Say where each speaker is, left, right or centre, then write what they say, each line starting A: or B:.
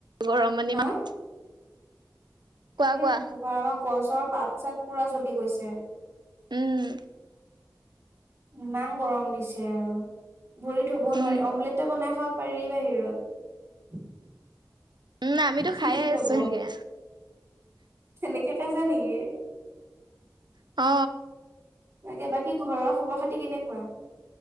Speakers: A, on the right (about 75°); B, on the right (about 35°).
A: গৰম মানে
B: হা
A: ইমান কোৱা
B: এ
A: কোৱা
B: নকবা। আমাৰ গছৰ পাত-চাট পুৰা জ্বলি গৈছে।
A: উম।
B: ইমান গৰম দিছে আও। ভৰি থব
A: উম
B: নোৱাৰি। অমলেটে বনাই খাব পাৰি বাহিৰত।
A: উম আমিটো
B: সিজি
A: খাইয়ে
B: যাব।
A: আছো সেনকে।
B: সেনেকে খাইছা নেকি?
A: অ।
B: তাকে, বাকী ঘৰৰ খবৰ খাতি কেনেকুৱা?